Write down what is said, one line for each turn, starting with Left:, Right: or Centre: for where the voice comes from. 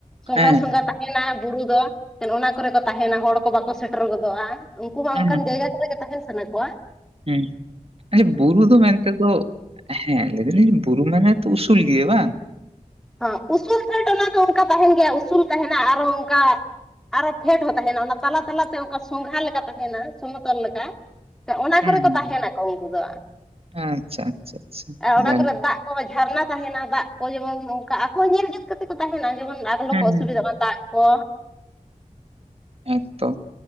Centre: ᱥᱚᱸᱜᱷᱟ
Right: ᱦᱮᱸ
Centre: ᱥᱚᱸᱜᱷᱟ ᱛᱟᱦᱮᱱᱟ ᱵᱩᱨᱩ ᱫᱚ ᱚᱱᱟ ᱠᱚᱨᱮ ᱠᱚ ᱛᱟᱦᱮᱱᱟ ᱦᱚᱲ ᱠᱚ ᱵᱟᱠᱚ ᱥᱮᱴᱮᱨ ᱜᱚᱫᱚᱜᱼᱟ᱾ ᱩᱱᱠᱩ ᱦᱚᱸ
Right: ᱦᱩᱸ
Centre: ᱚᱱᱠᱟᱱ
Right: ᱦᱩᱸ
Centre: ᱡᱟᱭᱜᱟ ᱠᱚᱨᱮᱜ ᱜᱮ ᱛᱟᱦᱮᱱ ᱥᱟᱱᱟ ᱠᱚᱣᱟ
Right: ᱦᱩᱸ ᱟᱪᱪᱷᱟ ᱵᱩᱨᱩ ᱫᱚ ᱢᱮᱱᱛᱮ ᱫᱚ ᱦᱮᱸ ᱞᱟᱹᱭ ᱫᱟᱞᱤᱧ ᱵᱩᱨᱩ ᱢᱟᱦᱮ ᱛᱚ ᱩᱥᱩᱞ ᱜᱮᱭᱟ ᱵᱟᱝ
Centre: ᱦᱮ ᱩᱥᱩᱞ ᱯᱷᱮᱴ ᱚᱱᱟ ᱫᱚ ᱚᱱᱠᱟ ᱛᱟᱦᱮᱱ ᱜᱮᱭᱟ ᱩᱥᱩᱞ ᱛᱟᱦᱮᱱᱟ ᱟᱨᱚ ᱚᱱᱠᱟ ᱟᱨᱚ ᱯᱷᱮᱰ ᱦᱚᱸ ᱛᱟᱦᱮᱱᱟ ᱚᱱᱟ ᱛᱟᱞᱟ ᱛᱟᱞᱟᱛᱮ ᱚᱱᱠᱟ ᱥᱚᱸᱜᱷᱟ ᱞᱮᱠᱟ ᱛᱟᱦᱮᱱᱟ ᱥᱩᱱᱚᱛᱚᱞ ᱞᱮᱠᱟ᱾ ᱚᱱᱟ
Right: ᱦᱩᱸ
Centre: ᱠᱚᱨᱮ ᱠᱚ ᱛᱟᱦᱮᱱᱟᱠᱚ ᱩᱱᱠᱩ ᱫᱚ᱾
Right: ᱦᱩᱸ ᱟᱪᱪᱷᱟ ᱟᱪᱪᱷᱟ ᱟᱪᱪᱷᱟ
Centre: ᱟᱨ ᱚᱱᱟ
Right: ᱡᱟᱠ
Centre: ᱠᱚᱨᱮ ᱫᱟᱜ ᱠᱚ ᱡᱷᱟᱨᱱᱟ ᱛᱟᱦᱮᱱᱟ ᱫᱟᱜ᱾ ᱟᱠᱚ ᱡᱮᱢᱚᱱ ᱚᱱᱠᱟ ᱟᱠᱚ ᱧᱮᱞ ᱧᱮᱞ ᱠᱟᱛᱮ ᱠᱚ ᱛᱟᱦᱮᱱᱟ ᱡᱮᱢᱚᱱᱞᱚ
Right: ᱦᱩᱸ
Centre: ᱠᱚ ᱚᱥᱩᱵᱤᱫᱟᱜ ᱢᱟ ᱫᱟᱜ ᱠᱚ
Right: ᱦᱮᱛᱚ